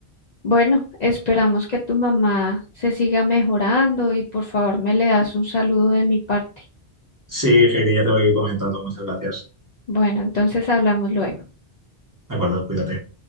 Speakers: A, on the left; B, on the right.
A: Bueno, esperamos que tu mamá se siga mejorando y por favor me le das un saludo de mi parte.
B: Sí, Heidi, ya te voy comentando. Muchas gracias.
A: Bueno, entonces hablamos luego.
B: De acuerdo, cuídate.